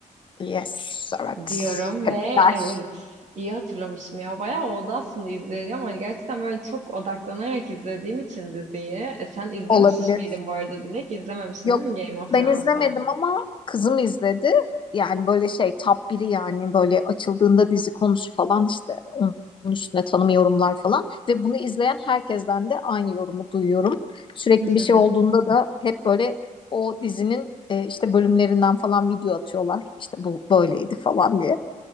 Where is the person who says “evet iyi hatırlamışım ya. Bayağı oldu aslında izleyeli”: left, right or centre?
Right